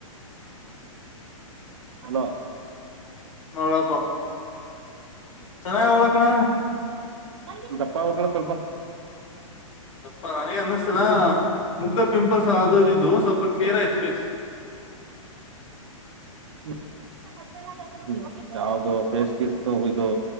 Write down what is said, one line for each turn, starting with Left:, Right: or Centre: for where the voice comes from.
Right: ಹಲೋ <unintelligible>
Left: ಮಲಕೊ <unintelligible> ಚೆನ್ನಾಗ ಹೋದೇ ಕಣೋ. <unintelligible>
Right: ನಂಗೆ ದಪ್ಪ ಆಗಬೇಕಾ ಅಲ್ಲಾ ಸ್ವಲ್ಪ. <unintelligible>
Left: ಸ್ವಲ್ಪ ಆನೀ ಅನ್ನಿಸ್ತಲ್ಲ ಮುಗ್ದ ಪಿಂಪಲ್ಸ್ ಅದು ಇದು ಇದ್ದುವು ಸ್ವಲ್ಪ ಕ್ಲಿಯರ್ ಆಯತ್ ಫೇಸ್, <unintelligible>
Right: <unintelligible> <inaudible> ಹು ಯಾವ್ದ ಫೇಸ್ ಕಿಟ್ ತೋಗೋಇದು